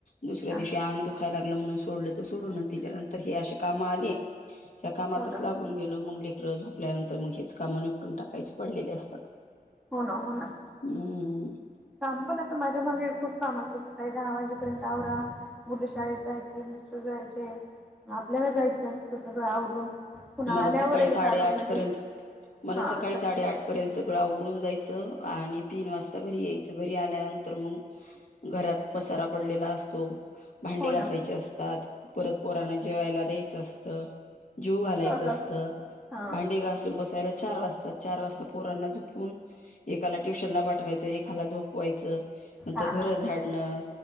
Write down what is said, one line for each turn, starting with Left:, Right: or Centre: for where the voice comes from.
Left: दुसऱ्या
Centre: हा
Left: दिवशी आंग दुखायल म्हणून सोडलं तर. सोडून दिल्या. नंतर हे अशी काम आली. या कामातच
Centre: हो ना
Left: लागून
Centre: हो
Left: गेलो मग. ले झोपल्या नंतर तर मग हीच कामं निपटून टाकायची पडलेली असतात.
Centre: हो ना. हो ना.
Left: हम्म
Centre: काम पण आता माझ्या मागे खूप काम असतं सकाळी दहा वाजेपर्यंत आवरा. मुलं शाळेत जायचे. मिस्टर जायचे. आपल्याला जायचं असतं सगळं आवरून पुन्हा
Left: मला
Centre: आल्यावरही
Left: सकाळी साडे-आठ
Centre: चालून म्हणजे
Left: पर्यंत मला
Centre: हा
Left: सकाळी
Centre: स
Left: साडे-आठ पर्यंत सगळं आव रून जायचं आणि तीन वाजता घरी यायच. घरी आल्यानंतर मग घरात पसारा पडलेला असतो. भांडे
Centre: हो
Left: घासायचे
Centre: ना हो
Left: असतात. परत पोरांना जेवायला द्यायचं अस तर जेवू घाल
Centre: ह
Left: असत
Centre: ह
Left: भांडे घासून बसायला चार वाजतात. चार वाजता पोरांना झोपून एकाला ट्युशन ला पाठवायचं एकाला झोप वायच नंतर
Centre: हा हा
Left: घर
Centre: हा
Left: झाडणं